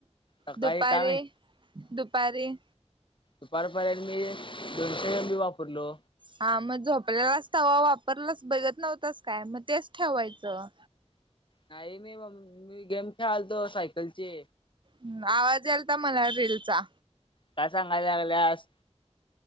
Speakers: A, on the left; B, on the right.
A: सकाळी
B: दुपारीे,
A: काय माहित
B: दुपारीे.
A: दुपार पर्यंत मी, दोनशे एम बी वापरलो.
B: हा मग झोपलेलाच तवा वापरलाच बघत नव्हतास काय मग तेच ठेवायचं
A: नाही मी म मी गेम खेळालतो तो सायकलची.
B: हम् आवाज यायलता मला रीललचा.
A: काय सांगायलाल्यास.